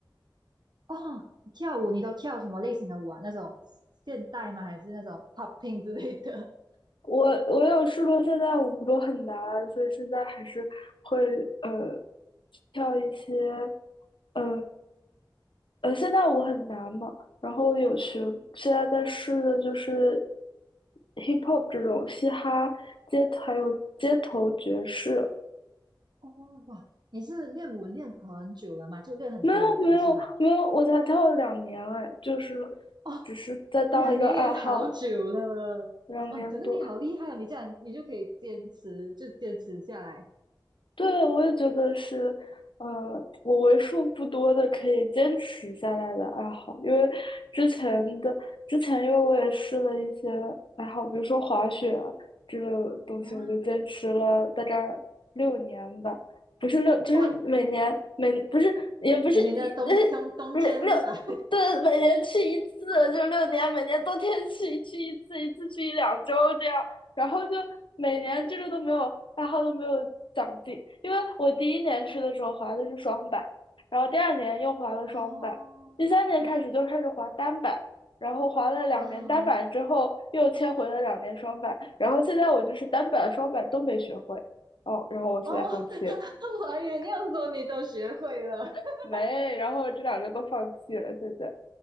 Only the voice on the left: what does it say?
我我有试过，现在舞不都很难，所以现在还是会呃跳一些呃呃，现在舞很难嘛，然后有学，现在在试的就是 hip hop 这种嘻哈街头，还有街头爵士。
没有没有没有，我才跳了两年哎，就是
只是在当一个爱好，
两年多。
对，我也觉得是，呃，我为数不多的可以坚持下来的爱好，因为之前的之前，因为我也试了一些爱好，比如说滑雪啊这个东西，
我就坚持了大概六年吧，不是六，就是每年每不是也不是一
呃六六
对，每年去一次，就六年，每年冬天去去一次，一次去一两周这样。然后就每年这个都没有爱好都没有长进，因为我第一年吃的时候滑的是双板，然后第二年又滑了双板，
第三年开始就开始滑单板，然后滑了两年单板之后又切回了两年双板，
然后现在我就是单板双板都没学会，哦，然后我现在放弃
<laughs> 没，然后这两个都放弃了，现在，